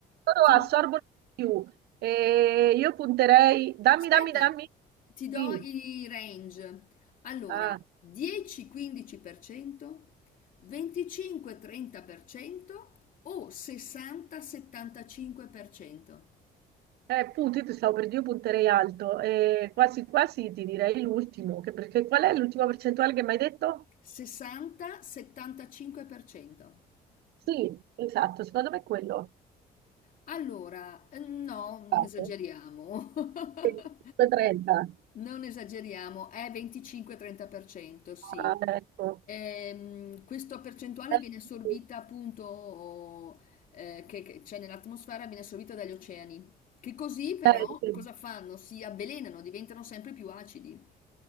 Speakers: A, on the right (about 70°); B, on the left (about 55°).
A: loro
B: ti-
A: assorbono di più. Eh, io punterei... Dammi,
B: aspetta,
A: dammi, dammi.
B: ti do
A: Sì.
B: i range. Allora,
A: Ah.
B: 10-15%, 25-30% o 60-75%?
A: Eh, punti, io ti stavo per dire, io punterei alto. Eh, quasi quasi ti direi l'ultimo, che- perché qual è l'ultima percentuale che mi hai detto?
B: 60-75%.
A: Sì, esatto, secondo me è quello.
B: Allora, eh, no, non
A: Fatto.
B: esageriamo. <laughs>
A: Sì, 30.
B: Non esageriamo, è 25-30%, sì.
A: Ah, ecco.
B: Ehm, questa percentuale
A: Eh,
B: viene assorbita
A: sì,
B: appunto, eh, che, che c'è nell'atmosfera, viene assorbita dagli oceani, che così però
A: Eh, sì,
B: cosa fanno? Si avvelenano, diventano sempre più acidi.